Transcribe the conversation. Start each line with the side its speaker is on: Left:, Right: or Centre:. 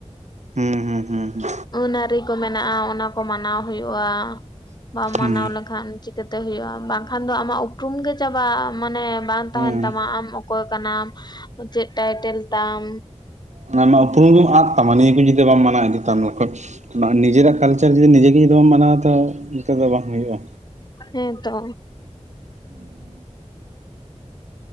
Right: ᱦᱩᱸ ᱦᱩᱸ ᱦᱩᱸ ᱦᱩᱸ᱾
Left: ᱟᱹᱱᱼᱟᱹᱨᱤ ᱠᱚ ᱢᱮᱱᱟᱜᱼᱟ ᱚᱱᱟ ᱠᱚ ᱢᱟᱱᱟᱣ ᱦᱩᱭᱩᱜᱼᱟ ᱵᱟᱢ
Right: ᱦᱩᱸ
Left: ᱢᱟᱱᱟᱣ ᱞᱮᱠᱷᱟᱱ ᱪᱤᱠᱟᱹᱛᱮ ᱦᱩᱭᱩᱜᱼᱟ ᱵᱟᱝᱠᱷᱟᱱ ᱫᱚ ᱟᱢᱟᱜ ᱩᱯᱨᱩᱢ ᱜᱮ ᱪᱟᱵᱟᱜᱼᱟ, ᱢᱟᱱᱮ ᱵᱟᱝ
Right: ᱦᱩᱸ
Left: ᱛᱟᱦᱮᱱ
Right: ᱦᱩᱸ
Left: ᱛᱟᱢᱟ ᱟᱢ ᱚᱠᱚᱭ ᱠᱟᱱᱟᱢ ᱪᱮᱫ ᱴᱟᱭᱴᱮᱞ ᱛᱟᱢ
Right: ᱚᱱᱟ ᱟᱢᱟᱜ ᱩᱯᱨᱩᱢ ᱜᱮᱢ ᱟᱫ ᱛᱟᱢᱟ ᱱᱤᱭᱟᱹ ᱠᱚ ᱡᱩᱫᱤ ᱵᱟᱢ ᱢᱟᱱᱟᱣ ᱤᱫᱤ ᱛᱟᱢ ᱞᱮᱠᱷᱟᱡ ᱱᱤᱡᱮᱨᱟᱜ ᱠᱟᱞᱼᱼ ᱱᱤᱡᱮᱜᱮ ᱡᱩᱫᱤ ᱵᱟᱢ ᱢᱟᱱᱟᱣᱟ ᱛᱚ ᱱᱤᱛᱚ ᱫᱚ ᱵᱟᱝ ᱦᱩᱭᱩᱜᱼᱟ᱾
Left: ᱦᱮᱸ ᱛᱚ᱾
Right: <inaudible>